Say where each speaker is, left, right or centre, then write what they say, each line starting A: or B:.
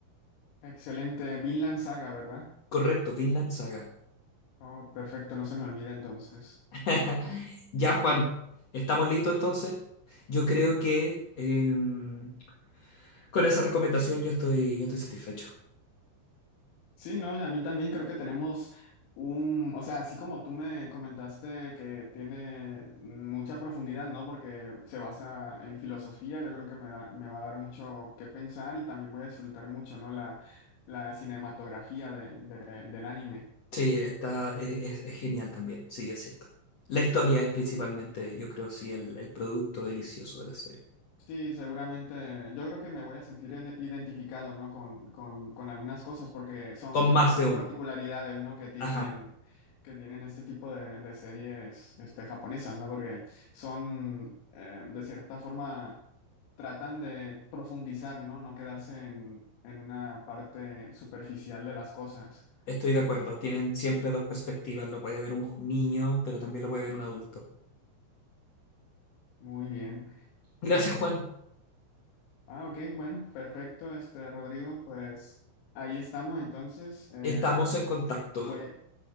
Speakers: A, on the left; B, on the left.
A: Excelente, Vinland Saga, ¿verdad?
B: Correcto, Vinland Saga.
A: Oh, perfecto, no se me olvida entonces.
B: <laughs> Ya, Juan,
A: <laughs>
B: ¿estamos listos entonces? Yo creo que em, con esa recomendación yo estoy, yo estoy satisfecho.
A: Sí, no, y a mí también creo que tenemos un, o sea, así como tú me comentaste que tiene mucha profundidad, ¿no? Porque se basa en filosofía, yo creo que me da, me va a dar mucho que pensar y también voy a disfrutar mucho, ¿no? La, la cinematografía de- de- del anime.
B: Sí, está, e- es, es genial también, sí, es cierto. La historia es principalmente, yo creo, sí, el, el producto delicioso de la serie.
A: Sí, seguramente. Yo creo que me voy a sentir ide- identificado, ¿no? Con, con, con algunas cosas, porque son
B: Con más
A: estas
B: de uno.
A: particularidades, ¿no? Que tienen,
B: Ajá,
A: que tienen este tipo de, de series, este, japonesas, ¿no? Porque son, eh, de cierta forma, tratan de profundizar, ¿no? No quedarse en, en una parte superficial de las cosas.
B: estoy de acuerdo. Tienen siempre dos perspectivas. Lo puede ver un ju- niño, pero también lo puede ver un adulto.
A: Muy bien.
B: Gracias, Juan.
A: Ah, ok, bueno, perfecto, este, Rodrigo, pues ahí estamos entonces. Eh,
B: Estamos en contacto.
A: Voy,